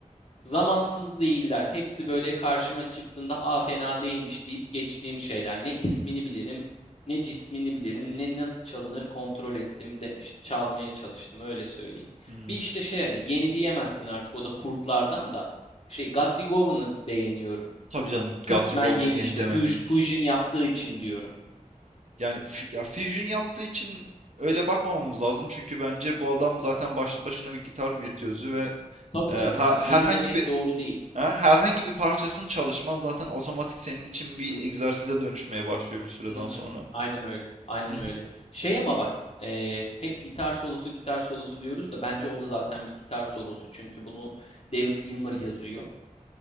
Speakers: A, on the left; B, on the right.
A: Zamansız değiller. Hepsi böyle karşıma çıktığında a fena değilmiş deyip geçtiğim şeyler. Ne ismini bilirim, ne cismini bilirim, ne nasıl çalınır kontrol ettim de işte çalmaya çalıştım öyle söyleyeyim.
B: Hmm,
A: Bir işte şey hani yeni diyemezsin artık o da kurtlardan da şey Gatrigov'unu beğeniyorum.
B: tabii canım
A: Kısmen
B: Guthrie Govan'a
A: yeni
B: yeni
A: işte
B: dememek
A: Fuj- Fusion yaptığı için diyorum.
B: Yani Fü- ya Fusion yaptığı için öyle bakmamamız lazım. Çünkü bence bu adam zaten başlı başına bir gitar virtüözü ve
A: Tabii
B: e, ha-
A: tabii hani
B: herhangi
A: yeni demek
B: bir
A: doğru değil.
B: ha, herhangi bir parçasını çalışman zaten otomatik senin için bir
A: Hı
B: egzersize dönüşmeye başlıyor bir süreden
A: Hı
B: sonra.
A: hı. Aynen öyle. Aynen
B: Hı hı.
A: öyle. Şey ama bak, eee, hep gitar solosu, gitar solosu diyoruz da bence o da zaten bir gitar solosu. Çünkü bunu David Gilmour yazıyor,